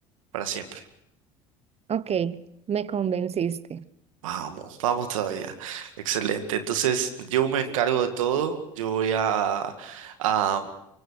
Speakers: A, on the right (about 80°); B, on the right (about 40°).
A: para siempre.
B: Ok, me convenciste.
A: Vamos, vamos todavía. Excelente. Entonces, yo me encargo de todo. Yo voy a, a